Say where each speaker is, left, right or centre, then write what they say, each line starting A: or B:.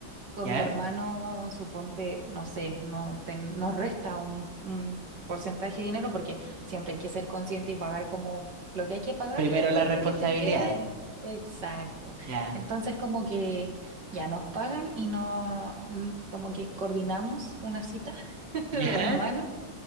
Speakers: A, on the right; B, on the right.
A: Con
B: ¿Ya?
A: mi hermano, suponte, no sé, no te- nos resta un, un porcentaje de dinero porque siempre hay que ser consciente y pagar como lo que hay que pagar
B: Primero
A: y después
B: las responsabilidades,
A: lo que te quede. Exacto.
B: ¿ya?
A: Entonces como que ya nos pagan y no, mm, como que coordinamos una cita <laughs> de
B: ¿Ya?
A: hermanos